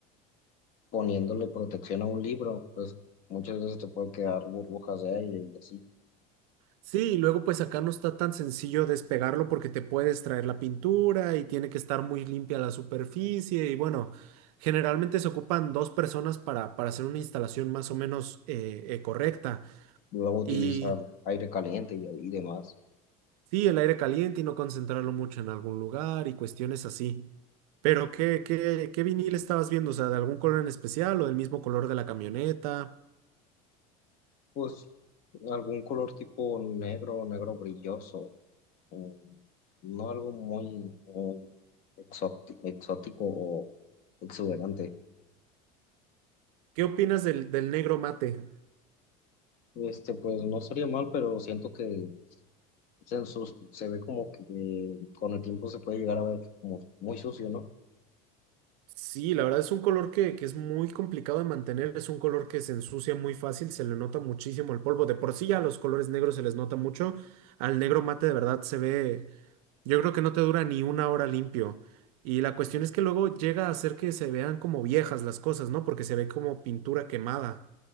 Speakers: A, on the left; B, on the right.
A: poniéndole protección a un libro, pues muchas veces te puede quedar burbujas de aire y así.
B: Sí, y luego pues acá no está tan sencillo despegarlo porque te puedes traer la pintura y tiene que estar muy limpia la superficie y bueno, generalmente se ocupan dos personas para, para hacer una instalación más o menos eh, eh, correcta.
A: Luego utilizar
B: Y
A: aire caliente y, y demás.
B: Sí, el aire caliente y no concentrarlo mucho en algún lugar y cuestiones así. Pero ¿qué, qué, qué vinil estabas viendo? O sea, ¿de algún color en especial o del mismo color de la camioneta?
A: Pues algún color tipo negro, negro brilloso, um, no algo muy, muy exóti- exótico o exuberante.
B: ¿Qué opinas del, del negro mate?
A: Este, pues no sería mal, pero siento que se, ensu- se ve como que eh, con el tiempo se puede llegar a ver como muy sucio, ¿no?
B: Sí, la verdad es un color que, que es muy complicado de mantener, es un color que se ensucia muy fácil, se le nota muchísimo el polvo. De por sí ya a los colores negros se les nota mucho, al negro mate de verdad se ve, yo creo que no te dura ni una hora limpio. Y la cuestión es que luego llega a hacer que se vean como viejas las cosas, ¿no? Porque se ve como pintura quemada.